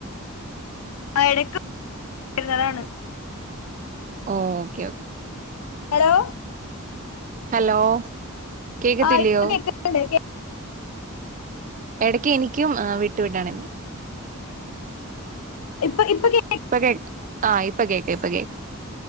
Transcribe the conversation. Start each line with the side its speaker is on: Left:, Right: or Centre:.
Left: ആ എടക്ക് വരുന്നതാണ്
Right: ഓ ഓക്കെ ഓക്കെ
Left: ഹലോ
Right: ഹലോ കേക്കത്തില്ലയോ
Left: ആ ഇപ്പ കേക്ണ്ട് ശ
Right: എടക്ക് എനിക്കും വിട്ടു വിടാണ്ന്ന്
Left: ഇപ്പൊ കേൾക്ക-
Right: ഇപ്പൊ കേക്ക ആ ഇപ്പൊ കേക്ക ഇപ്പൊ കേക്ക